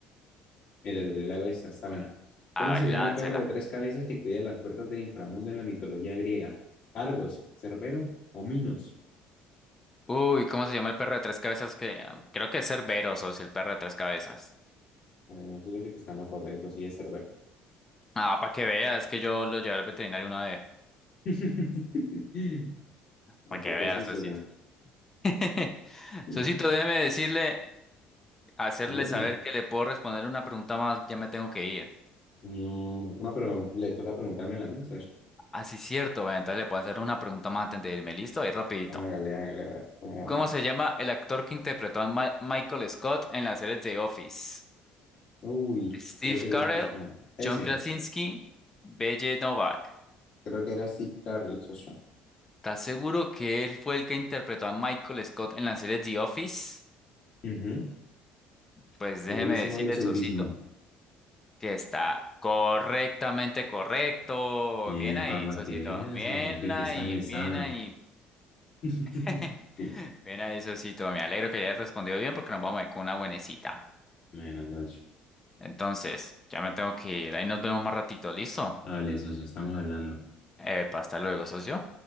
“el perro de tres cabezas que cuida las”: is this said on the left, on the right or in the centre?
Left